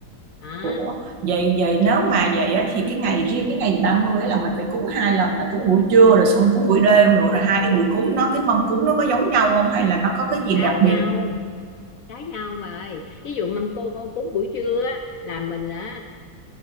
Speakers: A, on the left; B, on the right.
A: à,
B: Ủa, vậy vậy nếu mà vậy á, thì cái ngày riêng cái ngày 30 ấy là mình phải cúng hai lần là cúng buổi trưa rồi xong cúng buổi đêm nữa rồi hai cái buổi cúng nó cái mâm cúng nó có giống nhau không hay là nó có cái gì
A: khác
B: đặc biệt
A: nhau khác nhau bà ơi ví dụ mâm cô cúng buổi trưa á, là mình á